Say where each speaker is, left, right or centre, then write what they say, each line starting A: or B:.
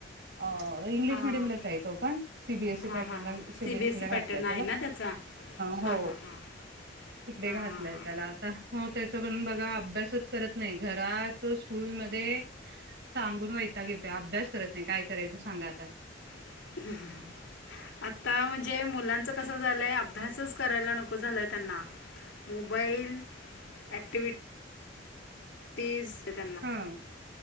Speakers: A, on the right; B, on the left.
A: इंग्लिश
B: हां
A: मिडियमलाच आहेत तो पण सीबीएसई
B: हां हां
A: पॅटर्नला
B: हां हां
A: CBSE
B: C B S
A: ला
B: E
A: घातलाय
B: पॅटर्न
A: त्याला
B: आहे ना त्याचा
A: ह हो
B: हां हां हां
A: तिकडे
B: हां
A: घातलंय
B: हां हां
A: त्याला आता हो त्याचा पण बघा अभ्यासच करत नाही घरात स्कूलध्ये सांगून वैताग येतो अभ्यास करत नाही काय करायचं सांगा आता
B: <inaudible> आता म्हणजे मुलांचं कसं झालय लय अभ्यासच करायला नको झालाय त्यांना मोबाईल ऍक्टिवि तेच
A: हा